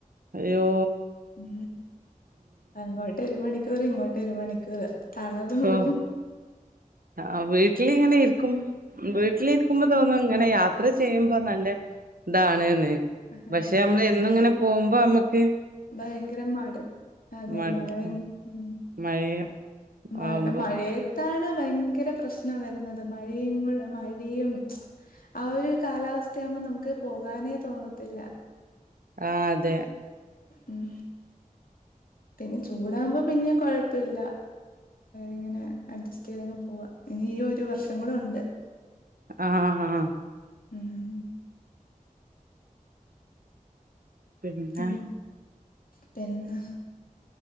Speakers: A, on the right; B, on the left.
A: അയോ
B: ഉ അങ്ങോട്ട് ഒരു മണിക്കൂർ ഇങ്ങോട്ട് ഒരു മണിക്കൂറ് തണർന്നു
A: ഹോ
B: പോ
A: ആ വീട്ടിലിങ്ങനെ ഇരിക്കും വീട്ടിലിരിക്കുമ്പോ തോന്നും ങ്ങനെ യാത്ര ചെയ്യുമ്പോ നല്ല താണ്ന്ന്
B: അതെ
A: പക്ഷെ നമ്മള് എന്നുങ്ങനെ പോഉമ്പോ അമ്മക്ക്
B: ഭയങ്കര മട് അതെ
A: മടുക്കും
B: മഴ വയ ഉ
A: മഴയ
B: മൈ
A: ആവുമ്പോ
B: മയേ താണ് ഭയങ്കര പ്രശ്നം വരുന്നത് മഴയങ്ൾ മഴയും ആ ഒരു കാലാവസ്ഥയാവുമ്പോ നമുക്ക് പോകാനേ തോന്നത്തില്ല
A: ആ അതെ
B: ഉം പിന്നെ ചൂടാഉമ്പോ പിന്നെ കൊഴപ്പയില്ല ഇങ്ങനെ അഡ്ജസ്റ്റ് ചെയ്തങ്ങ് പോവാ ഇനി ഒരു വർഷം കൂടെ ഉണ്ട്
A: ആഹ് ആഹ്
B: ഉം
A: പിന്നെ
B: ഉം പിന്നെ